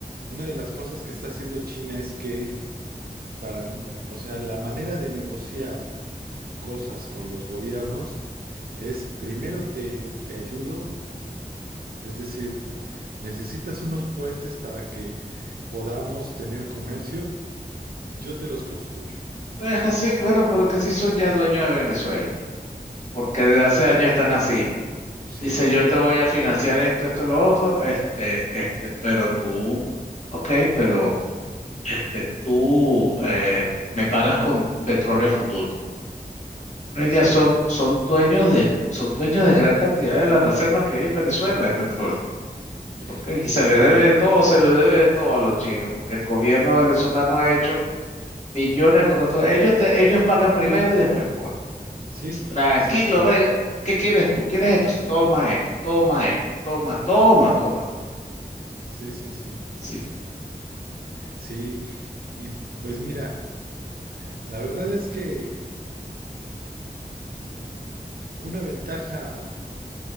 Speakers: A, on the right; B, on the left.
A: una de las cosas que está haciendo China es que para, o sea, la manera de negociar cosas con los gobiernos es primero te, te ayudo, es decir, necesitas unos puentes para que podamos tener comercio, yo te los construyo.
B: Es así, bueno, pero que sí son ya dueños de Venezuela, porque desde hace años están así.
A: Sí,
B: Dice, yo te voy a financiar esto, esto, lo otro, este, este, pero tú, ok, pero este, tú eh, me pagas con petróleo a futuro. Ellas
A: sí,
B: son, son dueños de, son dueños de gran cantidad de las reservas que hay en Venezuela de petróleo.
A: híjole.
B: Porque y se le debe de todo, se le debe de todo a los chinos, porque el gobierno venezolano ha hecho millones de contratos. Ellos, te- ellos pagan primero y después cobran.
A: Sí,
B: Tranquilo,
A: exactamente.
B: ven, ¿qué quieres tú? ¿Quieres esto? Toma esto, toma esto, toma, toma, toma, toma.
A: Sí, sí, sí.
B: Sí.
A: Sí, y pues mira, la verdad es que una ventaja,